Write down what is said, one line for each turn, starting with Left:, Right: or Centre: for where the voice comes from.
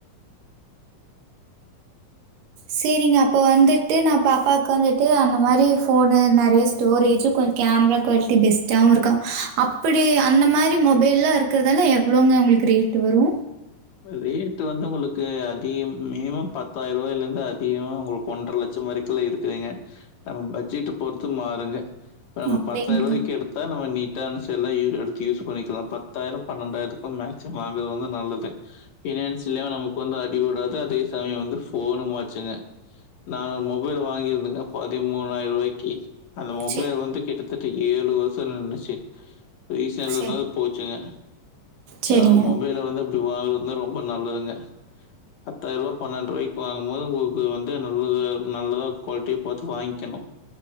Right: சேரிங்க அப்போ வந்துட்டு நா பாப்பாக்கு வந்துட்டு அந்த மாரி ஃபோனு நெறைய ஸ்டோரேஜு கொஞ்சோ கேமரா குவாலிட்டி பெஸ்ட்டாவு இருக்க அப்படி அந்த மாரி மொபைல்லா இருக்குறதாள எவ்வளோங்க உங்களுக்கு ரேட்டு் வரு
Left: ரேட்டு் வந்து உங்களுக்கு அதிகம் மினிமம் பத்தாயிரம் ரூபாயில இருந்து அதிகமா உங்களுக்கு ஒன்றரை லட்சம் வரைக்குல்ல இருக்குதுங்க நம்ம பட்ஜெட் பொறுத்து மாறுங்க நம்ம
Right: அப்படிங்களா?
Left: பத்தாயிர ரூாய்க்கு எடுத்தா நம்ம நீ ட்டான செல்லா யூ எடு த்து யூஸ் பண்ணிக்கலா பத்தாயிரம் பன்னெண்டாயிரத்துக்கு மேக்சிமம் வாங்குறது வந்து நல்லது பினான்ஸ்லயு நமக்கு வந்து அடி விடாது அதே சமயோ வந்து ஃபோனு மாச்சுங்க நா ஒரு மொபைல் வாங்கியிருந்தங்க பதிமூணாயிர ரூவாய்க்கி அந்த மொபைல்
Right: சே
Left: வந்து கிட்டு தட்ட ஏழு வருஷோ நின்னுச்சு ரீசேல் இருந்தது
Right: சரி.
Left: போச்சுங்க
Right: சரிங்க.
Left: அந்த மொபைல வந்து ஒரு வாகு வந்து ரொம்ப நல்லதுங்க பத்தாயிர ரூபா பன்னென்டு ரூவாய்க்கு வாங்கும்போது உங்களுக்கு வந்து நல்லது நல்லதா குவாலிட்டிய பாத்து வாங்கிகணு